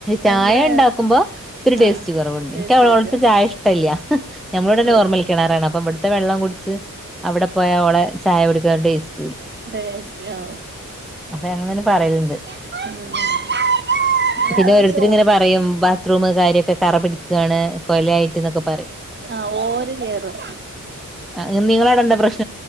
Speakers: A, in the centre; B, on the right (about 35°).
A: ചായ
B: ഇവിടെ
A: ഇണ്ടാക്കുമ്പോ ഇത്തിരി ടേസ്റ്റ്
B: ആഹ്
A: കുറവുണ്ട്
B: ടേസ്റ്റ്
A: എനിക്ക് അവളോട്ത്തെ
B: വ്യത്യാസം
A: ചായ
B: വരും
A: ഇഷ്ടല്ല ഞമ്മള നോർമൽ
B: ഓഹ്
A: കിണറാണ് അപ്പം ഇവട്ത്തെ വെള്ളം കുടിച്ച് അവിടെ പോയാ ഓളെ ചായ കുടിക്കാൻ ഒരു ടേസ്റ്റ്
B: ടേസ്റ്റോ
A: അപ്പൊ ഞങ്ങളന്നെ പറയല്ണ്ട്
B: ഉം വേറെ
A: പിന്നെ ഓരോരുത്തരും
B: പക്ഷെ ഓ
A: ഇങ്ങനെ പറയും ബാത്ത്റൂം കാര്യോക്കെ കറ പിടിക്കാണ് കൊലായിട്ട്ന്നൊക്കെ പറയും
B: ആ ഓര് കേറും
A: ആ നിങ്ങളടെണ്ടോ പ്രശ്